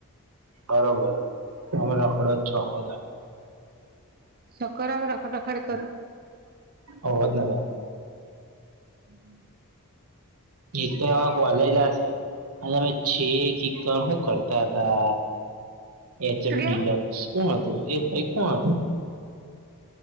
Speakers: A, on the right; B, on the right.
A: બરોબર તમારા ખડોજ છોખો
B: સકર અમે રખાડ રખાડે કર
A: અવાદનગર
B: હમ
A: જેતેમાં કોલેજ હશે અને અમે છે કણ શું કરતા હતા. એચમડીલ
B: શું કેવ?
A: કોણ હતું એ ભાઈ કોણ હતું.